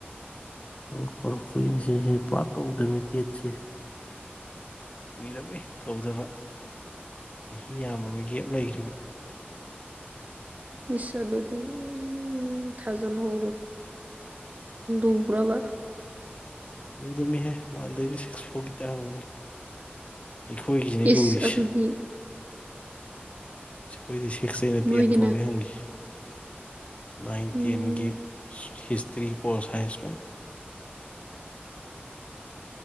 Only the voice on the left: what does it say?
ꯍꯧ ꯀꯧꯔꯛꯄꯏꯅ ꯁꯤꯁꯤ ꯄꯥꯛ ꯀꯧꯗꯃꯤ ꯗꯦꯠꯁꯦ ꯀꯨꯏꯔꯝꯃꯤ ꯀꯧꯗꯕ ꯆꯍꯤ ꯌꯥꯝꯕ ꯃꯤ ꯒꯦꯞ ꯂꯩꯈ꯭ꯔꯦꯕ
ꯂꯨꯗꯃꯤꯍꯦ ꯋꯥꯟꯗꯗꯤ ꯁꯤꯛꯁ ꯐꯥꯎ ꯈꯤꯇ ꯍꯪꯕꯅꯤ ꯑꯩꯈꯣꯏꯒꯤꯅꯦ
ꯂꯨꯔꯤꯁꯦ
ꯀꯗꯤꯁꯤ ꯁꯤꯛꯁꯩꯅ ꯇꯦꯟ
ꯐꯥꯎꯅꯤ ꯍꯪꯈꯤ ꯅꯥꯏꯟꯇꯤꯟꯒꯤ
ꯍꯤꯁꯇ꯭ꯔꯤ ꯄꯣ ꯁꯥꯏꯟꯁ ꯃ